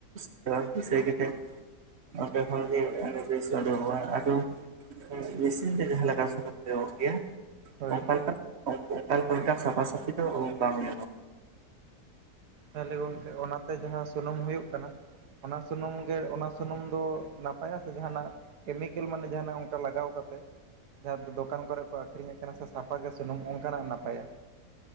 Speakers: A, on the right; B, on the right.
A: <inaudible> ᱠᱩᱥᱟᱹᱭ ᱠᱟᱛᱮᱫ᱾ ᱟᱨ ᱯᱮ ᱦᱚᱲ ᱜᱮ ᱩᱱᱤ ᱯᱤᱥ ᱳᱰᱳᱠᱚᱜ-ᱟ ᱟᱫᱚ᱾ ᱦᱩᱸ ᱢᱤᱥᱤᱱ ᱛᱮ ᱡᱟᱸᱦᱟ ᱞᱮᱠᱟ ᱥᱩᱱᱩᱢ ᱞᱮ ᱩᱲᱩᱠᱚᱜ ᱜᱮᱭᱟ,
B: ᱦᱳᱭ
A: ᱚᱱᱠᱟ ᱞᱮᱠᱟᱱ ᱚᱱᱠᱟ ᱞᱮᱠᱟᱱ ᱢᱤᱫ ᱴᱟᱝ ᱥᱟᱯᱷᱟ ᱥᱟᱹᱯᱷᱤ ᱫᱚ ᱚᱱᱠᱟᱱ <inaudible>
B: ᱛᱟᱦᱟᱞᱮ ᱜᱚᱝᱠᱮ ᱚᱱᱟᱛᱮ ᱡᱟᱸᱦᱟᱸ ᱥᱩᱱᱩᱢ ᱦᱩᱭᱩᱜ ᱠᱟᱱᱟ ᱚᱱᱟ ᱥᱩᱱᱩᱢ ᱜᱮ ᱚᱱᱟ ᱥᱩᱱᱩᱢ ᱫᱚ ᱱᱟᱯᱟᱭᱟ ᱥᱮ ᱡᱟᱸᱦᱟᱱᱟᱜ ᱠᱮᱢᱤᱠᱮᱞ ᱢᱟᱱᱮ ᱡᱟᱸᱦᱟᱱᱟᱜ ᱚᱝᱠᱟ ᱞᱟᱜᱟᱣ ᱠᱟᱛᱮ ᱡᱟᱸᱦᱟ ᱫᱚ ᱫᱚᱠᱟᱱ ᱠᱚᱨᱮ ᱠᱚ ᱟᱠᱷᱨᱤᱧᱮᱫ ᱠᱟᱱᱟ ᱥᱮ ᱥᱟᱯᱟ ᱜᱮ ᱥᱩᱱᱩᱢ ᱚᱱᱠᱟᱱᱟᱜ ᱱᱟᱯᱟᱭᱟ᱾